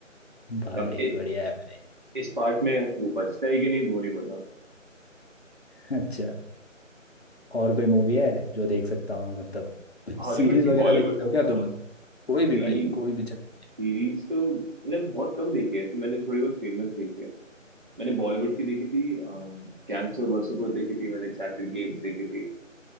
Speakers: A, on the left; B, on the right.
A: भाई
B: तब इ,
A: बढ़िया है भाई
B: इस पार्ट में वो बचता है कि नहीं वो नहीं पता
A: <laughs> अच्छा और कोई मूवी है जो देख सकता हूँ मैं मतलब
B: हॉलीवुड
A: सीरीज
B: की
A: वगैरह
B: बॉलीवुड
A: देखते हो क्या तुम कोई भी
B: सीरीज
A: भाई कोई भी चलेगी
B: सीरीज तो मतलब बहुत कम देखी है ऐसे मैंने थोड़ी बहुत फेमस देखी है मैंने बॉलीवुड की देखी थी कैंसर वर्सेपुर देखी थी मैंने सैक्रेड गेम्स देखी थी